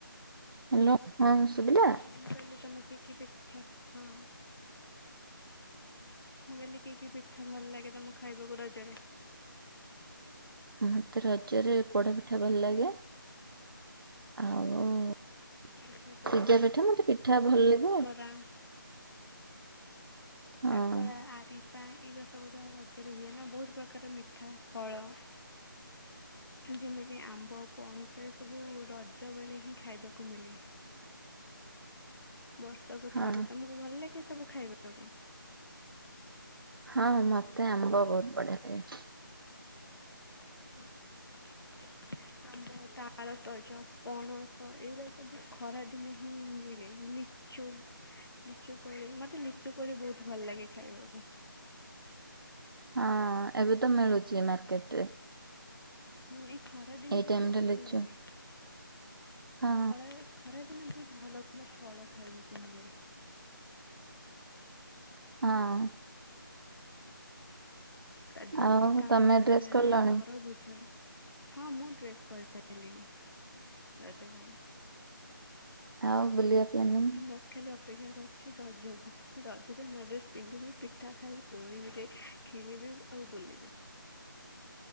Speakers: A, on the right (about 75°); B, on the left (about 75°).
A: ହ୍ୟାଲୋ ହଁ ସୁବଲା?
B: ମୁଁ କହିଲି ତମ କୁ କିଏ <unintelligible> ହଁ। ମୁଁ କହିଲି କି କି ପିଠା ଭଲ ଲାଗେ ତମକୁ ଖାଇବାକୁ ରଜରେ?
A: ମତେ ରଜରେ ପୋଡପିଠା ଭଲ ଲାଗେ ଆଉ ସିଜା
B: ଆଚ୍ଛା ପୋଡ
A: ପିଠା ମତେ ପିଠା ଭଲ ଲାଗେ।
B: <unintelligible>
A: ହଁ।
B: କାକରା ଆରିସାଏ ଏଇଗୁଡା ସବୁ ତା ରଜରେ ହୁଏ ନା ବହୁତ ପ୍ରକାର ମିଠା ଫଳ ଯେମିତି ଆମ୍ବ ପଣସ ଏ ସବୁ ରଜ ବେଳେ ହିଁ ଖାଇବାକୁ ମିଳେ। ବର୍ଷକୁ
A: ହଁ
B: ଥରେ ତମକୁ ଭଲ ଲାଗେ ସବୁ ଖାଇବାକୁ?
A: ହଁ ମତେ ଆମ୍ବ ବହୁତ ବଢିଆ ଲାଗେ।
B: <unintelligible> ଆମ୍ବ ତାଳସଜ ପଣସ ଏଇଗୁଡା ସବୁ ଖରା ଦିନେ ହିଁ ମିଳେ ଲି ଚୁ ଲିଚୁ କୋଳି ମତେ ଲିଚୁ କୋଳି ବହୁତ ଭଲ ଲାଗେ ଖାଇବାକୁ।
A: ହଁ ଏବେ ତ ମିଳୁଛି ମାର୍କେଟ ରେ।
B: ହୁଁ ଏଇ ଖରା ଦିନେ
A: ଏଇ
B: ହିଁ
A: ଟାଇମରେ
B: ଏ ସବୁ
A: ଲିଚୁ
B: ମିଳେ
A: ହଁ
B: ଖଳା ଖରାଦିନେ ବହୁତ ଭଲ ଭଲ ଫଳ ଖାଇବାକୁ ମିଳେ।
A: ହଁ।
B: ତା ଧିମିତି
A: ଆଉ
B: ତାଳ
A: ତମେ
B: ସଜ
A: ଡ୍ରେସ୍
B: ହେଲା
A: କଲଣି
B: ତରଭୁଜ ହଁ ମୁଁ ଡ୍ରେସ୍ କରିସାରିଲିଣି ରଜ ପାଇଁ।
A: ଆଉ ବୁଲିବା ପ୍ଲାନିଙ୍ଗ?
B: ବାସ୍ ଖାଲି ଅପେକ୍ଷା କରିଛି ରଜକୁୁ ରଜରେ ନୂଆଁ ଡ୍ରେସ୍ ପିନ୍ଧିବି ପିଠା ଖାଇବି ଦୋଳି ଗୁରେ ଖେଳିବି ଆଉ ବୁଲିବି।